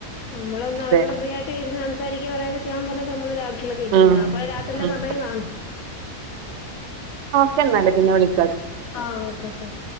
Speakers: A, on the left (about 65°); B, on the right (about 55°).
A: നമ്മളൊന്ന്
B: അതെ
A: അവരോട് ഫ്രീയായിട്ടിരുന്ന് സം സാരിക്ക്യോ പറയൊക്കെ ചെയ്യാൻ പറഞ്ഞാൽ ഞമ്മള് രാത് ജ്ല്ലൊക്കാ ഇരിക്കുന്നെ
B: ഉം
A: അപ്പൊ രാത്രിയിലെ
B: ഉം
A: സമയം കാണൂ
B: ഞാനെന്നാലെ പിന്നെ വിളി
A: ആ ഓക്കെ ശരി